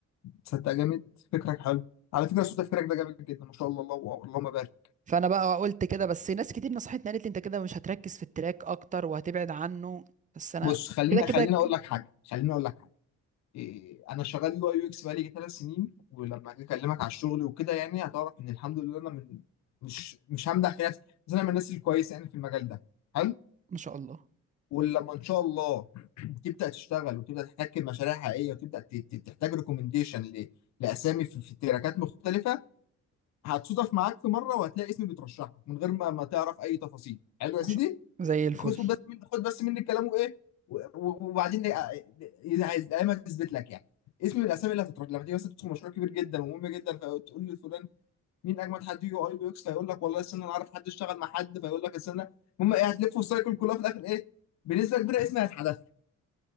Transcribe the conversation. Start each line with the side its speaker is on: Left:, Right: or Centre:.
Left: تصدق جامد فكرك حلو على فكره صوت فكرك ده جامد جدا ما شاء الله الله اللهم بارك
Right: فانا بقى قلت كده بس ناس كتير نصحتني قالت لي انت كده مش هتركز في التراك اكتر وهتبعد عنه بس انا
Left: بص خليني
Right: كده كده
Left: خليني اقول لك حاجه خليني اقول لك حاجه إيه انا شغال يو اي يو اكس بقالي ثلاث سنين ولما اجي اكلمك على الشغل وكده يعني هتعرف ان الحمد لله انا من مش مش همدح في نفسي بس انا من الناس الكويسه يعني في المجال ده حلو
Right: ما شاء الله
Left: ولما ان شاء الله <clears throat> تبدا تشتغل وتبدا تحتك بمشاريع حقيقيه وتبدا ت- ت- تحتاج ريكومنديشن ل... لاسامي في في تراكات مختلفه هتصادف معاك في مره وهتلاقي اسمي بيترشح لك من غير ما ما تعرف اي تفاصيل حلو يا
Right: ما
Left: سيدي
Right: شاء الله زي الفل
Left: خد بس من خد بس مني كلامه ايه و- و- وبعدين إيه، اذا عايز دايما تثبت لك يعني اسم من الاسامي اللي هتترد لما تيجي مثلا تدخل مشروع كبير جدا ومهم جدا فتقول لفلان مين اجمد حد يو اي يو اكس فيقول لك والله استنى انا عارف حد اشتغل مع حد فيقول لك استنى المهم ايه هتلف السايكل كلها في الاخر ايه بنسبه كبيره اسمي هيتحذف